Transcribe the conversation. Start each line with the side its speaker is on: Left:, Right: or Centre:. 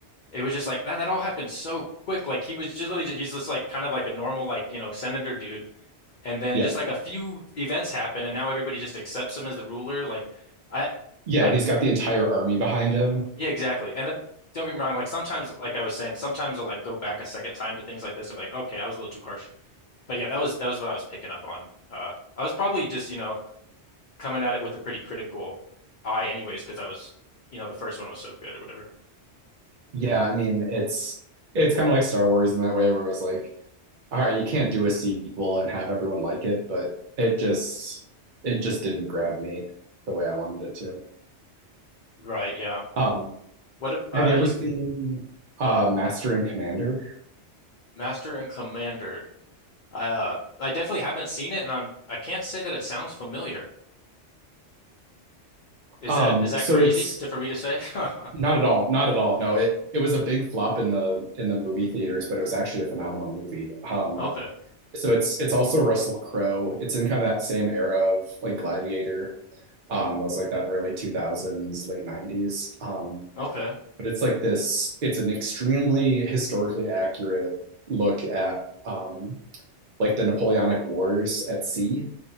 Left: it was just like man, that all happened so quick. Like he was just literally just, he's just like kind of like a normal like, you know, senator dude. And then
Right: Yeah.
Left: just like a few events happen and now everybody just accepts him as the ruler. Like I
Right: Yeah,
Left: I
Right: and he's got the entire army behind him.
Left: yeah, exactly. And it, don't get me wrong, like sometimes, like I was saying, sometimes I'll like go back a second time to things like this. I'm like, okay, I was a little too harsh. But yeah, that was that was what I was picking up on. Uh, I was probably just, you know, coming at it with a pretty critical eye anyways, because I was, you know, the first one was so good or whatever.
Right: Yeah, I mean, it's it's kind of like Star Wars in that way where it was like, all right, you can't do a sequel and have everyone like it, but it just it just didn't grab me the way I wanted it to.
Left: Right, yeah.
Right: Um,
Left: What if, uh
Right: have you ever
Left: you s-
Right: seen uh Master and Commander?
Left: Master and Commander. I uh I definitely haven't seen it and I'm I can't say that it sounds familiar. Is
Right: Um,
Left: that is that
Right: so
Left: crazy
Right: it's
Left: to, for me to say? <laughs>
Right: not at all, not at all. No, it it was a big flop in the in the movie theaters, but it was actually a phenomenal movie. Um,
Left: Okay.
Right: so it's it's also Russell Crowe. It's in kind of that same era of like Gladiator. um, it was like that early 2000s, late 90s. Um,
Left: Okay.
Right: but it's like this, it's an extremely historically accurate look at um, like the Napoleonic Wars at sea.